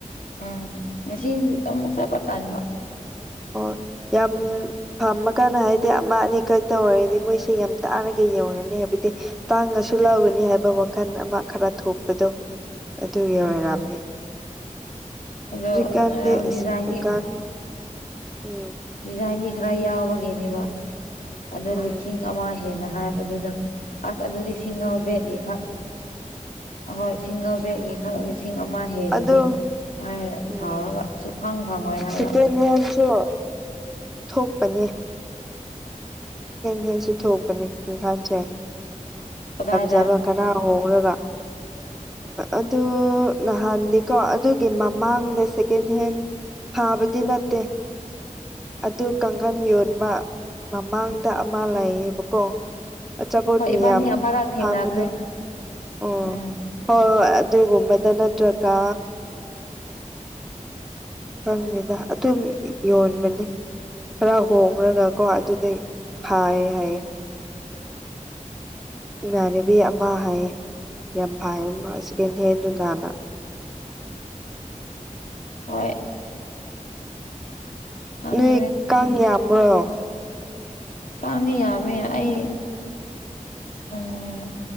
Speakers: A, on the left; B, in the centre.
A: ꯎꯝ ꯉꯁꯤ ꯑꯃꯨꯛ ꯆꯠꯄꯠ ꯇꯥꯟꯕ
B: ꯍ ꯌꯥꯝ ꯐꯥꯝꯃ ꯀꯥꯟꯗ ꯍꯥꯏꯕꯗꯤ ꯑꯃ ꯑꯅꯤꯈꯛ ꯇꯧ ꯑꯣꯏꯔꯗꯤ ꯃꯣꯏꯁꯤꯦ ꯌꯥꯝ ꯇꯥꯔꯒ ꯌꯧꯔꯅꯤ ꯍꯥꯏꯕꯗꯤ ꯇꯥꯡꯉꯁꯨ ꯂꯧꯒꯅꯤ ꯍꯥꯏꯕ ꯋꯥꯈꯜ ꯑꯃ ꯈꯔ ꯊꯣꯛꯄꯗꯣ ꯑꯗꯨꯒꯤ ꯑꯣꯏꯔꯝꯅꯤ
A: ꯎꯝ ꯑꯗꯣ
B: ꯀꯥꯟꯗꯀꯥꯟ
A: ꯉꯔꯥꯡ ꯗꯤꯖꯥꯏꯟꯗꯤ
B: ꯎꯝ
A: ꯗꯤꯖꯥꯏꯟꯗꯤ ꯈꯔ ꯌꯥꯎꯕꯒꯤꯅꯦꯕ ꯑꯗꯣ
B: ꯎꯝ
A: ꯂꯤꯁꯤꯡ ꯑꯃ ꯍꯦꯟꯅ ꯍꯥꯏꯕꯗꯨꯗ ꯑꯁ ꯑꯗꯨꯗꯤ ꯁꯤꯁꯤꯡꯕꯦꯔꯑ ꯀ ꯑꯣꯏ ꯁꯤꯡꯒꯜ ꯕꯦꯠꯀꯤ ꯈꯔ ꯂꯤꯁꯤꯡ ꯑꯃ ꯍꯦꯜꯂꯗꯤ
B: ꯑꯗꯣ
A: ꯍꯥꯏ
B: ꯎꯝ
A: ꯁꯥꯎꯔꯒ ꯐꯪ ꯐꯪꯉꯣꯏ ꯍꯥꯏꯔꯛꯑꯦ
B: ꯁꯦꯀꯦꯟ ꯍꯦꯟꯁꯨ ꯊꯣꯛꯄꯅꯦ ꯀꯁꯨ ꯊꯣꯛꯀꯅꯤ ꯏꯈꯁꯦꯖꯥ
A: ꯀꯗꯥꯏꯗ
B: ꯖꯥꯕ ꯈꯔ ꯍꯧꯣꯡꯔꯒ ꯑꯗꯨ ꯅꯍꯥꯟ ꯀꯣ ꯑꯗꯨꯒꯤ ꯃꯃꯥꯡꯗ ꯁꯦꯀꯦꯟ ꯍꯦꯟ ꯐꯥꯕꯗꯤ ꯅꯠꯇꯦ ꯑꯗꯨ ꯀꯥꯡꯈꯟ ꯌꯣꯟꯕ ꯃꯥꯡꯗ ꯑꯃ ꯂꯩꯌꯦꯕꯀꯣ ꯑꯆꯥꯄꯣꯠ
A: ꯍꯣꯏ
B: ꯃꯌꯥꯝ
A: ꯏꯕꯥꯅꯤ ꯑꯃꯔꯛ ꯊꯦꯡꯅꯈ꯭ꯔꯦ
B: ꯐꯥꯝꯕꯗꯣ ꯑꯣ
A: ꯎꯝ
B: ꯍꯣꯏ ꯍꯣꯏ ꯑꯗꯨꯒꯨꯝꯕꯗ ꯅꯠꯇ꯭ꯔꯒ ꯈꯪꯉꯦꯗ ꯑꯗꯨꯝ ꯌꯣꯟꯕꯅꯤ ꯈꯔ ꯍꯣꯡꯉꯒꯀꯣ ꯑꯗꯨꯗꯩ ꯍꯥꯏ ꯍꯥꯏꯌꯦ ꯏꯃꯥꯟꯅꯕꯤ ꯑꯃ ꯍꯥꯏꯌꯦ ꯌꯥꯝ ꯐꯥꯏꯌꯦ ꯁꯦꯀꯦꯟ ꯍꯦꯟꯗꯨ ꯅꯥꯅ
A: ꯍꯣꯏ ꯈꯪꯗ꯭ꯔꯦ
B: ꯅꯣꯏ ꯀꯥꯡ ꯌꯥꯝꯕ꯭ꯔꯣ
A: ꯀꯥꯟꯅꯤ ꯌꯥꯝꯃꯦ ꯑꯩ ꯎꯝ